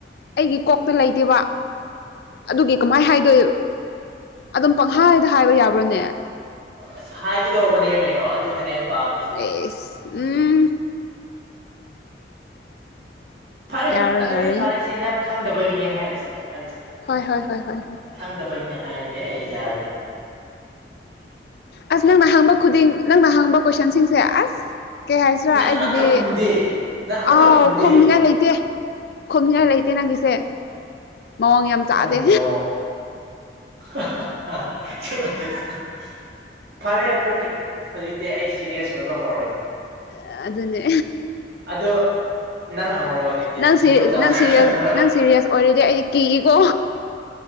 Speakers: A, on the left (about 60°); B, on the right (about 60°).
A: ꯑꯩꯒꯤ ꯀꯣꯛꯇ ꯂꯩꯇꯦꯕ ꯑꯗꯨꯒꯤ ꯀꯃꯥꯏꯅ ꯍꯥꯏꯗꯣꯏ ꯑꯗꯨꯝ ꯄꯪꯍꯥꯏꯗ ꯍꯥꯏꯕ ꯌꯥꯕ꯭ꯔꯣꯅꯦ
B: ꯑꯁ ꯍꯥꯏꯒꯤꯗꯧꯕꯅꯦ ꯀꯩꯅꯣ ꯑꯗꯨꯗꯨꯅꯦ ꯑꯩꯅ ꯄꯥꯝꯕꯁꯦ
A: ꯑꯦꯁ ꯎꯝ
B: ꯐꯔꯦ
A: ꯌꯥꯔꯣꯏ
B: ꯑꯗꯨꯗꯤ
A: ꯌꯥꯔꯣꯏ
B: ꯐꯔꯦꯁꯦ ꯅꯪ ꯈꯪꯗꯕꯒꯤꯅꯦ ꯍꯥꯏꯔꯁꯤ ꯐꯔꯦꯁꯦ
A: ꯍꯣꯏ ꯍꯣꯏ ꯍꯣꯏ ꯍꯣꯏ ꯍꯣꯏ
B: ꯈꯪꯗꯕꯩꯅꯦ ꯍꯥꯏꯔꯒꯦ ꯑꯩ ꯌꯥꯔꯒꯦ
A: ꯑꯁ ꯅꯪꯅ ꯍꯪꯕ ꯈꯨꯗꯤꯡ ꯅꯪꯅ ꯍꯪꯕ ꯀꯣꯏꯁꯟꯁꯤꯡꯁꯦ ꯑꯁ ꯀꯩ ꯍꯥꯏꯁꯤꯔꯥ
B: ꯅꯪ
A: ꯑꯩꯒꯤꯗꯤ
B: ꯑꯃꯠꯇ ꯈꯨꯝꯗꯦ ꯅꯪ ꯑꯃꯠꯇ
A: ꯑꯥꯎ
B: ꯈꯨꯝꯗꯦ
A: ꯈꯨꯝꯅꯤꯉꯥꯏ ꯂꯩꯇꯦ ꯈꯨꯝꯅꯤꯡꯉꯥꯏ ꯂꯩꯇꯦ ꯅꯪꯒꯤꯁꯦ ꯃꯑꯣꯡ ꯌꯥꯝ ꯆꯥꯗꯦ
B: ꯑꯣ ꯅꯣ <unintelligible> ꯐꯔꯦ ꯑꯗꯨꯗꯤ ꯍꯧꯖꯤꯛꯇꯤ ꯑꯩ ꯁ‌ꯤꯔꯤꯌ‌ꯦꯁ ꯑꯣꯏꯕ ꯍꯧꯔꯒꯦ
A: ꯑꯥ ꯑꯗꯨꯅꯦ
B: ꯑꯗ‌ꯣ ꯅꯪ ꯍꯪꯔ‌ꯣ ꯍꯧꯖꯤꯛꯇꯤ
A: ꯅꯪ
B: ꯖꯨꯒꯣꯠ ꯆꯥꯕ
A: ꯅꯪ ꯁꯤꯔꯤꯌꯁ
B: ꯀ‌ꯣꯏꯁꯟ ꯈꯔ
A: ꯅꯪ ꯁꯤꯔꯤꯌꯁ ꯑꯣꯏꯔꯗꯤ ꯑꯩ ꯀꯤꯀꯣ